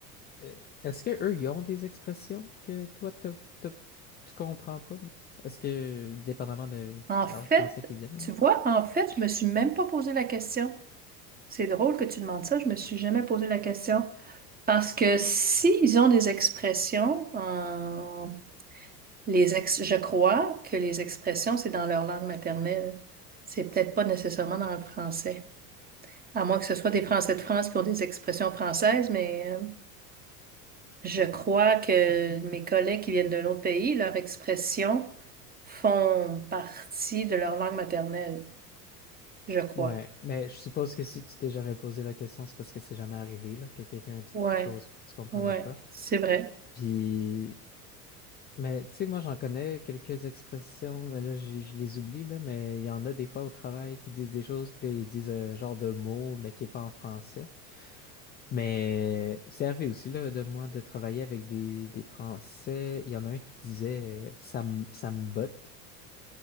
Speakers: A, on the left; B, on the right.
A: Euh, Est-ce que eux, ils ont des expressions que toi, t'as- t'as- tu comprends pas? Est-ce que, dépendamment de
B: en
A: leur
B: fait,
A: français qui viennent,
B: tu
A: là?
B: vois, en fait, je me suis même pas posé la question. C'est drôle que tu demandes ça, je me suis jamais posé la question. Parce que s'ils ont des expressions, euh, les ex- je crois que les expressions, c'est dans leur langue maternelle. C'est peut-être pas nécessairement dans le français. À moins que ce soit des Français de France qui ont des expressions françaises, mais euh, je crois que mes collègues qui viennent d'un autre pays, leurs expressions font partie de leur langue maternelle, je crois.
A: Ouais, mais je suppose que si tu t'es jamais posé la question, c'est parce que c'est jamais arrivé, là, que quelqu'un a dit
B: Ouais,
A: quelque chose puis que tu comprenais
B: ouais,
A: pas.
B: c'est vrai.
A: Puis Mais tu sais, moi, j'en connais quelques expressions, mais là, j'ai- je les oublie, là, mais il y en a des fois au travail qui disent des choses, puis là, ils disent un genre de mot, mais qui n'est pas en français. Mais c'est arrivé aussi, là, de moi, de travailler avec des, des Français. Il y en a un qui disait euh, ça me, ça me botte.